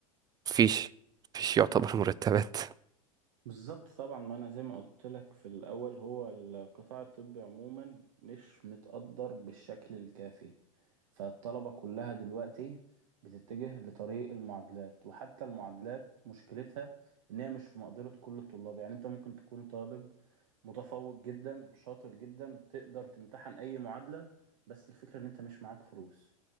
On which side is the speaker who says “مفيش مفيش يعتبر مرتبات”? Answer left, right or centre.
Right